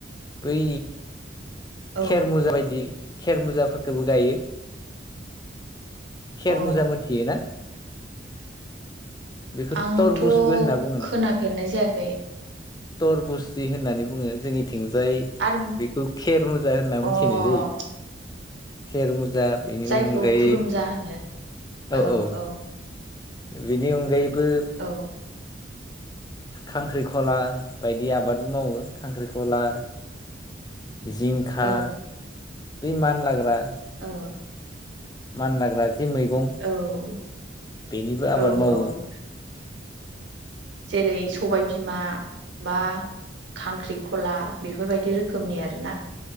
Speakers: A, on the left; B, on the right.
A: बै
B: औ
A: खेर मुजा बायदि खेर मुजाफोरखौबो गायो खेर
B: अ
A: मुजा मोनथियो ना बेखौ
B: आंथ'
A: थरबुसबो होनना बुङोना
B: खोनाफेरनाय जायाखै
A: थरबुसजि होननानै बुङो जोंनि थिंजाय
B: आरो
A: बेखौ खेर मुजा होनना मिथिनाय
B: अ
A: जायो खेर मुजा बेनि
B: जायखौ
A: अनगायै
B: खुरुमजा होनो औ
A: औ-औ
B: औ
A: बिनि अनगायैबो
B: औ
A: खांख्रिखला बायदि आबादबो मावो खांख्रिखला जिंखा
B: औ
A: बै मानलाग्रा
B: औ
A: मानलाग्रा जे मैगं
B: औ।
A: बेनिबो आबाद
B: औ
A: मावो।
B: औ जेरै सबाय बिमा बा खांख्रिखला बेफोरबायदि रोखोमनि आरोना